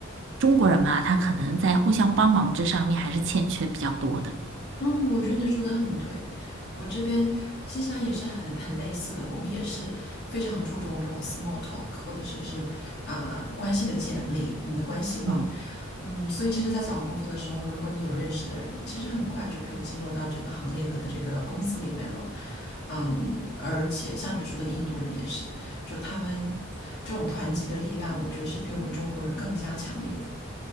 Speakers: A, on the right; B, on the left.
A: 中国人嘛，他可能在互相帮忙这上面还是欠缺比较多的。
B: 嗯，我觉得你说的很对。我这边新西兰也是很很类似的，我们也是非常注重这种 small talk，或者是是啊、关系的建立，你的关系网。
A: 嗯。
B: 嗯，所以其实，在找工作的时候，如果你有认识的人，其实很快就可以进入到这个行业和的这个公司里面了。嗯，而且像你说的，印度人也是，就他们这种团结的力量，我觉得是比我们中国人更加强烈的。